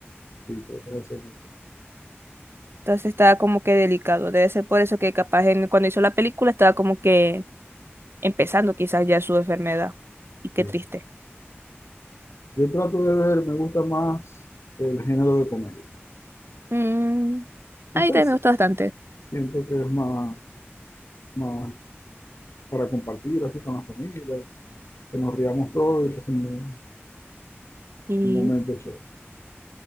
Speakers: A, on the left; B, on the right.
A: Sí, creo que es el 70.
B: Entonces estaba como que delicado. Debe ser por eso que capaz en- cuando hizo la película estaba como que empezando quizás ya su enfermedad. Y qué
A: Sí.
B: triste.
A: Yo trato de ver, me gusta más el género de comedia.
B: Mm,
A: No
B: ahí
A: sé
B: también
A: si
B: me gustó bastante.
A: siento que es más, más para compartir así con la familia, que nos riamos todos y pasemos un,
B: ¿Y
A: un momento chévere.